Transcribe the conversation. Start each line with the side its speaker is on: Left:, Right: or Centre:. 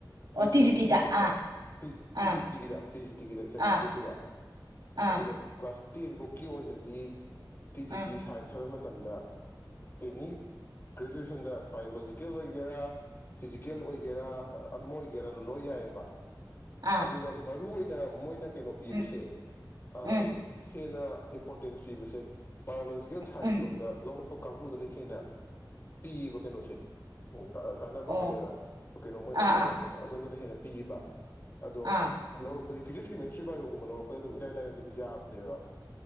Left: ꯐꯤꯖꯤꯛꯁꯅ
Right: O T G
Left: ꯐꯤꯖꯤꯛꯁꯇ
Right: ꯇꯤꯗ
Left: ꯆꯠꯄ
Right: ꯑꯥ
Left: ꯄꯤ
Right: ꯑꯥ
Left: ꯄꯤ ꯖꯤ ꯇꯤꯒꯤꯗ ꯄꯤ ꯖꯤ ꯇꯤꯒꯤꯗ ꯏꯂꯚꯦꯟ
Right: ꯑꯥ
Left: ꯌꯨ ꯄꯤꯗ
Right: ꯑꯥ
Left: ꯑꯗꯨꯒ ꯀ꯭ꯂꯥꯁ ꯇꯦꯟꯕꯥꯎꯀꯤ ꯑꯣꯏꯅꯗꯤ ꯇꯤ ꯖꯤ
Right: ꯑꯥ
Left: ꯇꯤ ꯁꯥꯏꯟꯁ ꯍꯥꯏꯕ ꯑꯃ ꯃꯇꯝꯗ ꯑꯦꯅꯤ ꯒ꯭ꯔꯦꯖꯨꯑꯦꯁꯟꯗ ꯕꯥꯏꯑꯣꯂꯣꯖꯤꯀꯦꯜ ꯑꯣꯏꯒꯦꯔꯥ ꯐꯤꯖꯤꯀꯦꯜ ꯑꯣꯏꯒꯦꯔꯥ ꯑꯃ ꯑꯣꯏꯒꯦꯔꯥ ꯂꯣꯏ ꯌꯥꯏꯌꯦꯕ
Right: ꯑꯥ
Left: ꯑꯗꯨꯒ ꯃꯔꯨ ꯑꯣꯏ ꯅ ꯃꯣꯏꯅ ꯀꯩ ꯄꯤꯕꯁꯦ
Right: ꯎꯝ
Left: ꯑꯝ
Right: ꯎꯝ
Left: ꯍꯦꯟꯅ ꯏꯝꯄꯣꯔꯇꯦꯟꯁ ꯄꯤꯕꯁꯦ ꯕꯥꯏꯑꯣꯂꯣꯖꯤꯀꯦꯜ ꯁꯥꯏꯟꯁꯂꯣꯝꯗ
Right: ꯎꯝ
Left: ꯂꯧꯔꯛ ꯀꯥꯡꯕꯨꯗꯅ ꯍꯦꯟꯅ ꯄꯤꯌꯦꯕ ꯀꯩꯅꯣꯁꯦ ꯑꯣ ꯑ ꯀꯥꯟꯅꯕ
Right: ꯑꯣ
Left: ꯍꯥꯏꯒꯗ꯭ꯔꯥ ꯀꯩꯅꯣ ꯃꯣꯏ
Right: ꯑꯥ
Left: ꯑꯣ ꯀꯩꯅꯣꯁꯦ
Right: ꯑꯥ
Left: ꯑꯗꯣꯝꯗꯅ ꯍꯦꯟꯅ ꯄꯤꯕ ꯑꯗꯣ
Right: ꯑꯥ
Left: ꯂꯧꯔꯛ ꯄꯗꯤ ꯐꯤꯖꯛꯁ ꯀꯦꯃꯦꯁ ꯁꯤ ꯕꯥꯏꯑꯣ ꯒꯨꯝꯕꯥ ꯂꯧꯔꯛꯄꯗꯥ ꯑꯗꯨꯝ ꯏꯔꯥꯏ ꯂꯥꯏꯅ ꯑꯗꯨꯝ ꯌꯥꯕꯅꯦꯕ